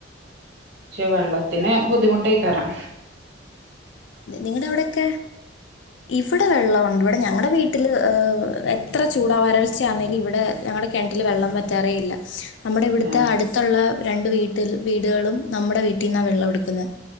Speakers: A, on the right; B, on the left.
A: ച് വെള്ളത്തിന് ബുദ്ധിമൂട്ടായിക്കാരം
B: നിങ്ങടവിടെക്കെ ഇവിടെ വെള്ള ണ്ടുവിടെ ഞങ്ങളുടെ വീട്ടില്എത്ര ചൂടാവരൾച്ചയാന്നേലും ഇവിടെ ഞങ്ങടെ കിണറ്റില് വെള്ളം വറ്റാറേയില്ല. നമ്മുടെ ഇവിട്ത്തെ
A: ഏഹ്
B: അടുത്തുള്ള രണ്ടു വീട്ടില് വീടുകളും നമ്മുടെ വീട്ടിന്നാ വെള്ളവെടുക്കുന്നേ.